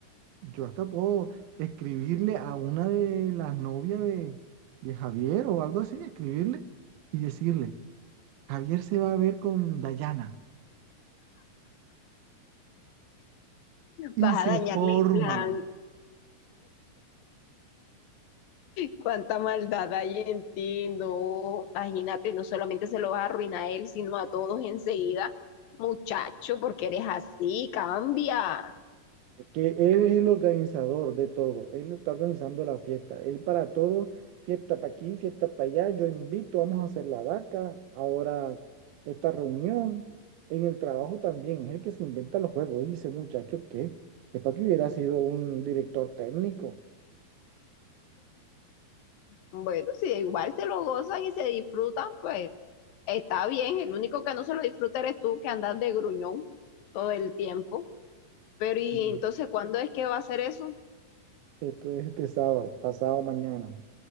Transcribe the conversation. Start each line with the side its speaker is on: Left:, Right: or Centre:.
Right: Yo hasta puedo escribirle a una de las novias de, de Javier o algo así, escribirle y decirle, Javier se va a ver con Dayana. Y
Left: Vas
Right: se
Left: a dañarle
Right: forma.
Left: el plan. Cuánta maldad hay en ti, no. Imagínate, no solamente se lo vas a arruinar a él, sino a todos enseguida. Muchacho, porque eres así, cambia.
Right: que él es el organizador de todo, él está organizando la fiesta, él para todo, fiesta para aquí, fiesta para allá, yo invito, vamos a hacer la vaca, ahora esta reunión, en el trabajo también, es el que se inventa los juegos, y dice muchacho que es para que hubiera sido un director técnico,
Left: Bueno, si de igual se lo gozan y se disfrutan, pues está bien. El único que no se lo disfruta eres tú, que andas de gruñón todo el tiempo. Pero y
Right: Mm.
Left: entonces, ¿cuándo es que va a hacer eso?
Right: esto es este sábado, pasado mañana,